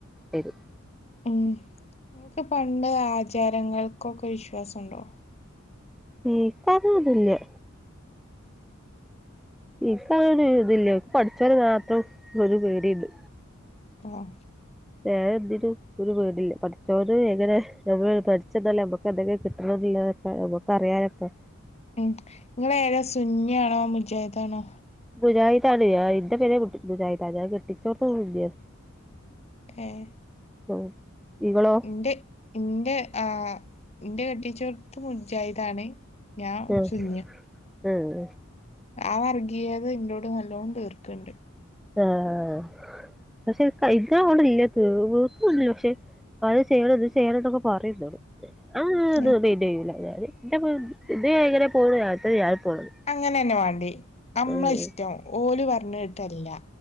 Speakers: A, in the centre; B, on the left (about 30°).
A: വരും
B: ഉം ങ്ങക്ക് പണ്ടേ ആചാരങ്ങൾക്കൊക്കെ വിശ്വാസണ്ടോ
A: ഇൻക്കതൊന്നുല്ല ഇപ്പങ്ങനെ ഇതില്ല പടച്ചോനെ മാത്രം ഒരു പേടി ഇണ്ട്
B: ആഹ്
A: വേറെ എന്തിനും ഒരു പേടില്ല പഠിച്ചോന് എങ്ങനെ നമ്മള് പഠിച്ചെന്നാലും നമുക്ക് എന്തെങ്കിലും കിട്ടണെന്നിള്ള ഏഹ് നമ്മുക്കറിയാലോ പ്പൊ
B: ഉം നിങ്ങളേതാ സുന്നിയാണോ മുജാഹിതാണോ
A: മുജാഹിദാണു ഇന്റെ പേരെ കുട്ടി മുജാഹിദാണ് ഞ്ഞാ കെട്ടിച്ചോടത്തും മുജാ
B: ഏഹ്
A: ഓഹ് ഇവളോ
B: ന്റെ ഇന്റെ ആഹ് ഇന്റെ കെട്ടിച്ചോടത്തും മുജാഹിദാണ് ഞാൻ
A: ഉം
B: സുന്നിയാ
A: ഉം ഉം
B: ആ വർഗീയത ഇന്നോട് നല്ലോം തീർക്കണ്ട്
A: ആഹ് ആഹ് പക്ഷെ ഇത് കഴിക്കാ വേണ്ട രീതിയിൽ തീർന്നു <unintelligible> പക്ഷെ അത് ചെയ്യണം ഇത് ചെയ്യണന്നൊക്കെ പറയും ന്നോട് ആഹ്
B: ഏഹ്
A: ത് ‌തെ തെയൂല ഞാന് ന്റെ മം ദേ ഇങ്ങനെ പോണു അത് ഞാൻ പോണത്
B: അങ്ങനെ തന്നെ വേണ്ടേ നമ്മളെ
A: ആഹ്
B: ഇഷ്ടം ഓല് പറഞ്ഞ കേട്ടല്ല